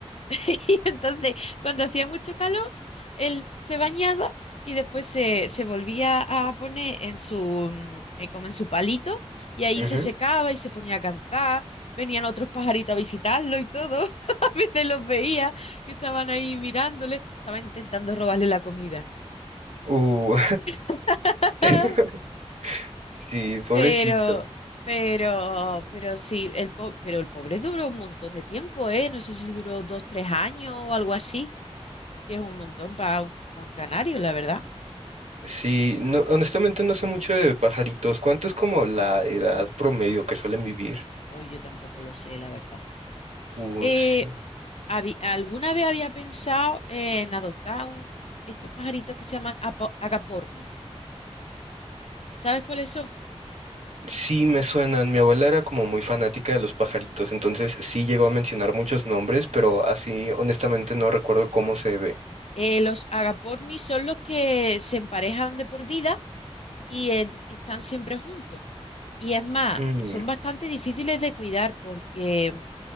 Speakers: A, on the left (about 65°); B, on the right (about 80°).
A: <laughs> Y entonces, cuando hacía mucho calor, él se bañaba y después se, se volvía a poner en su, mm, eh, como en su palito y ahí
B: ujú.
A: se secaba y se ponía a cantar. Venían otros pajaritos a visitarlo y todo. <laughs> A veces los veía que estaban ahí mirándole, estaban intentando robarle la comida.
B: Uh,
A: <laughs>
B: <laughs> Sí, pobrecito.
A: Pero, pero, pero sí, el po- pero el pobre duró un montón de tiempo, ¿eh? No sé si duró dos, tres años o algo así. que es un montón para un, pa un canario, la verdad.
B: Sí, no, honestamente no sé mucho de pajaritos. ¿Cuánto es como la edad promedio que suelen vivir?
A: Hoy yo tampoco lo sé, la verdad.
B: Uh,
A: Eh,
B: sí.
A: habí- ¿alguna vez había pensado en adoptar un- estos pajaritos que se llaman apo- agapornis? ¿Sabes cuáles son?
B: Sí, me suenan. Mi abuela era como muy fanática de los pajaritos, entonces sí llegó a mencionar muchos nombres, pero así honestamente no recuerdo cómo se ve.
A: Eh, los agapornis son los que se emparejan de por vida y, en- y están siempre juntos. Y es más,
B: Mm,
A: son bastante difíciles de cuidar porque,